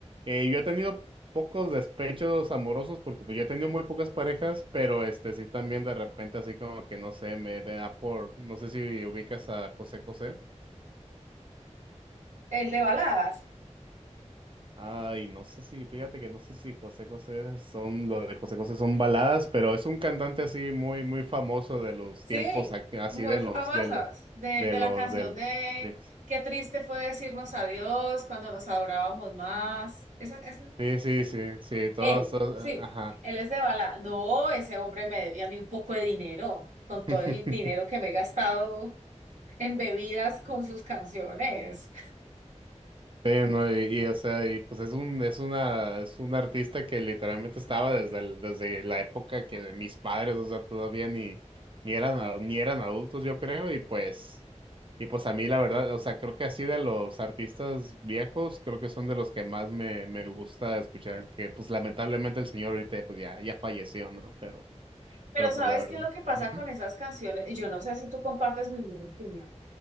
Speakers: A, on the right; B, on the right.
A: eh, yo he tenido pocos despechos amorosos porque pues yo he tenido muy pocas parejas, pero este sí también de repente así como que no sé, me me da por, no sé si ubicas a José José.
B: El de baladas,
A: Ay, no sé si, fíjate que no sé si José José son, lo de José José son baladas, pero es un cantante así muy, muy famoso de los
B: sí,
A: tiempos, ac- así
B: muy
A: de
B: famosas,
A: los, del,
B: de,
A: de
B: de
A: los,
B: la canción
A: del...
B: de
A: sí.
B: Qué triste fue decirnos adiós cuando nos adorábamos más. Esa, esa,
A: Sí, sí, sí, sí, todos,
B: Él,
A: todos,
B: sí,
A: eh, ajá.
B: él es de bala. No, ese hombre me debía a mí un poco de dinero, con todo
A: <laughs>
B: el dinero que me he gastado en bebidas con sus canciones.
A: Sí, no, y, y, o sea, y pues es un, es una, es un artista que literalmente estaba desde el- desde la época que mis padres, o sea, todavía ni, ni eran, a- ni eran adultos, yo creo, y pues, y pues a mí la verdad, o sea, creo que así de los artistas viejos, creo que son de los que más me, me gusta escuchar, que pues lamentablemente el señor ahorita pues ya, ya falleció, ¿no? Pero,
B: Pero
A: pero
B: ¿sabes
A: pues la verdad.
B: qué es lo que pasa
A: ujú,
B: con esas canciones? Yo no sé si tú compartes mi misma opinión,